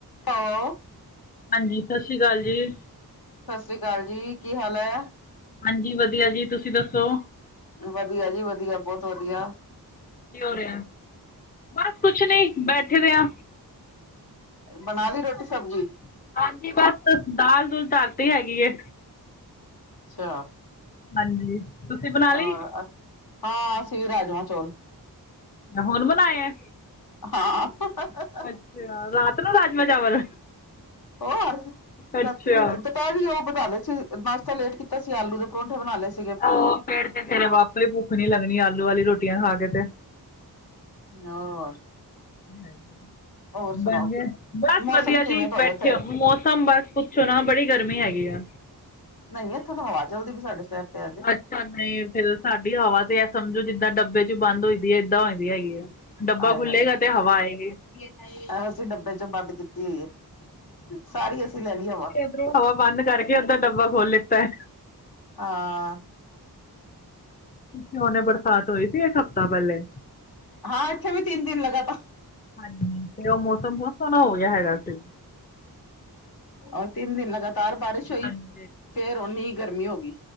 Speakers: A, on the left; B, on the left.
A: ਸੌ।
B: ਹਾਂਜੀ, ਸਸ੍ਰੀ ਕਾਲ ਜੀ।
A: ਸਸ੍ਰੀ ਕਾਲ ਜੀ, ਕੀ ਹਾਲ ਐ?
B: ਹਾਂਜੀ, ਵਦੀਆ ਜੀ। ਤੁਸੀਂ ਦੱਸੋ?
A: ਵਦੀਆ ਜੀ ਵਦੀਆ, ਬੋਤ ਵਦੀਆ।
B: ਕੀ ਹੋ ਰਿਐ? ਬਸ ਕੁਛ ਨੀ, ਬੈਠੇ ਦੇ ਆ।
A: ਬਨਾ ਲਈ ਰੋਟੀ ਸਬਜ਼ੀ?
B: ਹਾਂਜੀ, ਬਸ ਦਾਲ -ਦੂਲ ਧਰਤੀ ਹੈਗੀ ਏ।
A: ਚਾਅ।
B: ਹਾਂਜੀ। ਤੁਸੀਂ ਬਣਾ
A: ਔਰ
B: ਲਈ
A: ਅਹ, ਹਾਂ ਅਸੀਂ ਵੀ ਰਾਜਮਾ- ਚੌਲ।
B: ਨਾ ਹੁਨ ਬਨਾਏ ਐ।
A: ਹਾਂ।
B: ਅੱਛਾ, ਰਾਤ ਨੂੰ ਰਾਜਮਾ- ਚਾਵਲ।
A: ਹੋਰ,
B: ਅੱਛਾ
A: ਰਾਤੀ ਬਨਾਏ ਦੁਪਇਰੀ ਓ? ਪਕਾ ਲਏ ਸੀ, ਨਾਸ਼ਤਾ ਲੇਟ ਕੀਤਾ ਸੀ, ਆਲੂ ਦੇ ਪਰੋਂਂਠੇ ਬਨਾ ਲਏ ਸੀ।
B: ਔਹ, ਫੇਰ 'ਤੇ ਫਿਰ ਆਪੇ ਭੁੱਖ ਨੀ ਲੱਗਨੀ ਆਲੂ-ਆਲੀ ਰੋਟੀਆਂ ਖਾ ਕੇ 'ਤੇ।
A: ਹੋਰ।
B: ਹੈਲੋ,
A: ਹੋਰ ਸੁਣਾਓ?
B: ਬਨ ਗਏ, ਬਸ
A: ਮੌਸਮ
B: ਵਦੀਆ
A: ਕਿਵੇਂ
B: ਜੀ,
A: ਤੁਹਾਡੇ
B: ਬੈਠੇ
A: ਉੱਥੇ?
B: ਆ ਮੌਸਮ ਬਸ ਕੁਛ ਚਨਾਂ ਬੜੀ ਗਰਮੀ ਹੈਗੀ ਐ।
A: ਨਈਂ, ਇੱਥੇ ਤਾਂ ਹਵਾ ਚਲਦੀ ਪਈ ਏ ਸਾਡੇ ਸਿਰ ਤੇ ਅੱਜ।
B: ਅੱਛਾ, ਨਈ ਫੇਰ ਸਾਡੀ ਹਵਾ ਤੇ ਐਹ ਸਮਝੋ, ਜਿੱਦਾਂ ਡੱਬੇ 'ਚ ਬੰਦ ਹੋਈ ਦੀ ਏ ਏਦਾਂ ਹੋਈ ਦੀ ਹੈਗੀ ਏ। ਡੱਬਾ
A: ਆਏ
B: ਖੁੱਲੇਗਾ, 'ਤੇ ਹਵਾ ਆਏਗੀ।
A: ਹਾਏ! ਐਸੇ ਡੱਬੇ 'ਚ ਬੰਦ ਕੀਤੀ ਹੋਈ ਏ ਸਾਰੀ ਅਸੀਂ ਲੈ ਲਈ ਹਵਾ।
B: ਇੱਧਰੋਂ ਹਵਾ ਬੰਦ ਕਰਕੇ ਉੱਧਰ ਡੱਬਾ ਖੋਲ੍ਹ ਲਿੱਤਾ ਹੈ।
A: ਆਹ।
B: ਪਿੱਛੇ ਹੁਨੇ ਬਰਸਾਤ ਹੋਈ ਸੀ ਇੱਕ ਹਫ਼ਤਾ ਪੈਲੇ।
A: ਹਾਂ, ਇੱਥੇ ਵੀ ਤਿੰਨ ਦਿਨ ਲਗਾਤਾਰ।
B: ਹਾਂਜੀ,, 'ਤੇ ਉਹ ਮੌਸਮ ਬੋਤ ਸੋਹਨਾ ਹੋ ਗਿਆ ਹੈਗਾ ਸੀ।
A: ਅੱਜ ਤਿੰਨ ਦਿਨ ਲਗਾਤਾਰ ਬਾਰਿਸ਼ ਹੋਈ,
B: ਹਾਂਜੀ
A: ਫੇਰ ਓਨੀ ਈ ਗਰਮੀ ਹੋ ਗਈ।